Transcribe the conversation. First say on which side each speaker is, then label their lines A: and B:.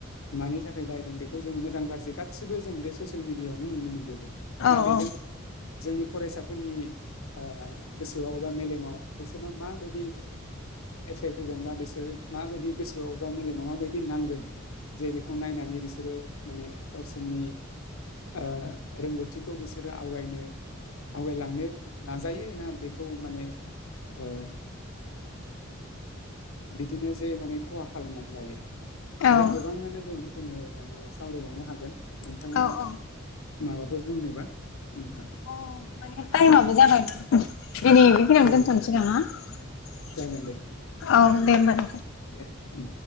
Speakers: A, on the left (about 85°); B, on the left (about 70°).
A: मानि थाखाय बायदों बेखौ जों मोजां गाज्रि गासिबो जों बे ससियेल मिडियाायावनो नुनो मोनजोबो
B: औ
A: दा बेजों
B: औ।
A: जोंनि फरायसाफोरनि आ गोसोआव बा मेलेमाव बिसोरनाव माबायदि एफेक्ट होगोन बा बिसोर माबायदि गोसोआव बा मेलेमाव माबायदि नांगोन। जे बेखौ नायनानै बिसोरो माने गावसोरनि ओ रोंगौथिखौ बिसोरो आवगायनो आवगायलांनो नाजायो ना बेखौ माने ओ। बिदिनो जे माने खहा खालामनानै लायो।
B: औ
A: आरो गोबाङानो दं जोङो माने सावरायबावनो हाग। गोन नोंथाङा
B: औ औ
A: माबा बुंनोबा बुंनो हागोन
B: अ माने टाइमाबो जाबायना दिनै बेखिनियावनो
A: औ
B: दोनथ'नोसै
A: औ
B: नामा औ
A: जागोन दे
B: दे होमबाल।
A: दे उम